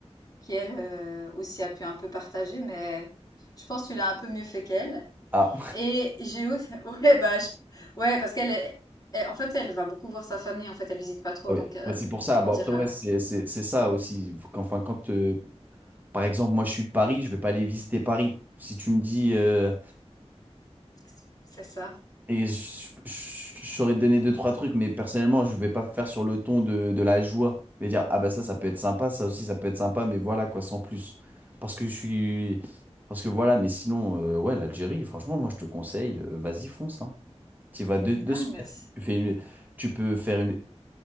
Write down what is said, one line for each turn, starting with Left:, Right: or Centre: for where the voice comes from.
Left: qui elle, heu, aussi a pu un peu partager mais je pense que tu l'as un peu mieux fait qu'elle.
Right: Ah,
Left: Et Géo, <laughs> ouais, bah, je- ouais, parce qu'elle, est- elle- en fait, elle va beaucoup voir sa famille. En fait, elle visite pas trop,
Right: Oui,
Left: donc euh,
Right: Ouais, c'est pour ça.
Left: comment
Right: Bon,
Left: dire,
Right: après,
Left: euh,
Right: ouais, c'est c'est- c'est ça aussi. Enfin, quand, euh, par exemple, moi, je suis de Paris, je vais pas aller visiter Paris. Si tu me dis, euh,
Left: c'est c'est ça.
Right: et je je- je saurais te donner deux, trois trucs, mais personnellement, je vais pas faire sur le ton de, de la joie. Je vais dire, ah bah ça, ça peut être sympa, ça aussi, ça peut être sympa, mais voilà, quoi, sans plus. Parce que je suis... Parce que voilà, mais sinon, euh, ouais, l'Algérie, franchement, moi, je te conseille, euh, vas-y, fonce, hein. Tu vas deux, deux
Left: Ah,
Right: semaines,
Left: merci.
Right: tu fais une- tu peux faire une,